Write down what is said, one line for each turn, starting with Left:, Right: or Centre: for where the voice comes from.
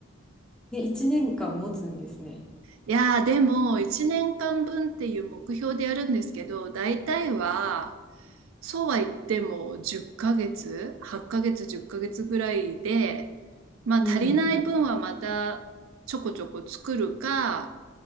Centre: で、1年間持つんですね。
Right: いやー、でも、1年間分っていう目標でやるんですけど、大体は、そうは言っても10ヶ月、8ヶ月、10ヶ月ぐらいで、まあ足りない分はまたちょこちょこ作るか、
Centre: うん。